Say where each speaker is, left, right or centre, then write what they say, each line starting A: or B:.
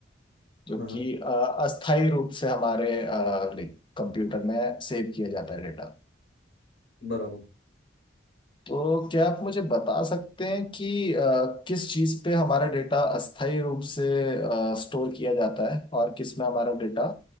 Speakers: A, on the left; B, on the left.
A: जो
B: हाँ हाँ,
A: कि अ, अस्थायी रूप से हमारे अ, लाइक कंप्यूटर में सेव किया जाता है डेटा
B: बराबर
A: तो क्या आप मुझे बता सकते हैं कि अ, किस चीज़ पे हमारा डेटा अस्थायी रूप से स्टोर किया जाता है और किस में हमारा डेटा